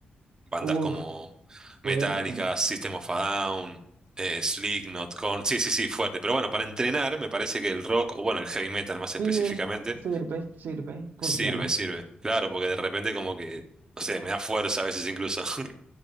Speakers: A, on the right; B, on the right.
A: bandas
B: Uf,
A: como
B: fuerte.
A: Metallica, System of a Down, eh, Slipknot, Korn. Sí, sí, sí, fuerte. Pero bueno, para entrenar me parece que el rock, o bueno, el heavy metal más específicamente,
B: Sí, eh, sirve, sirve, funciona.
A: sirve, sirve. Claro, porque de repente como que, no sé, me da fuerza a veces incluso. <laughs>